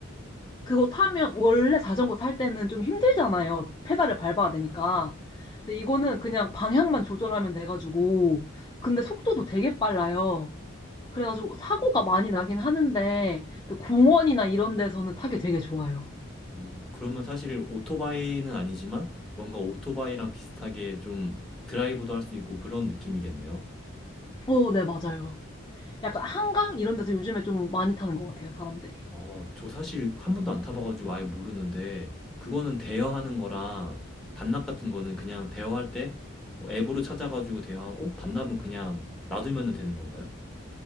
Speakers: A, on the left (about 20°); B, in the centre.
A: 그거 타면 원래 자전거 탈 때는 좀 힘들잖아요. 페달을 밟아야 되니까. 근데 이거는 그냥 방향만 조절하면 돼가지고 근데 속도도 되게 빨라요. 그래가지고 사고가 많이 나긴 하는데 근데 공원이나 이런 데서는 타기 되게 좋아요.
B: 어, 그러면 사실 오토바이는 아니지만 뭔가 오토바이랑 비슷하게 좀 드라이브도 할 수 있고 그런 느낌이겠네요.
A: 어, 네, 맞아요. 약간 한강 이런 데서 요즘에 좀 많이 타는 것 같아요, 사람들이.
B: 어, 저 사실 한 번도 안 타봐가지고 아예 모르는데 그거는 대여하는 거랑 반납 같은 거는 그냥 대여할 때뭐 앱으로 찾아가지고 대여하고 반납은 그냥 놔두면 되는 건가요?